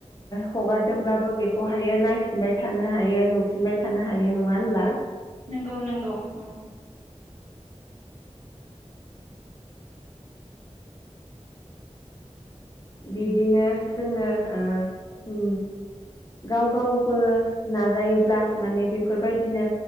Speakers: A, on the left (about 35°); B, on the right (about 75°).
A: हगारदोंब्लाबो बेखौहायो नायफिनबाय थानो हायो नुफिनबाय थानो हायो नंङा होनब्ला
B: नंगौ नंगौ औ
A: बिब्दिनो जोंङो ओ गाव गावबो नाजायोब्ला माने बेफोरबायदिनो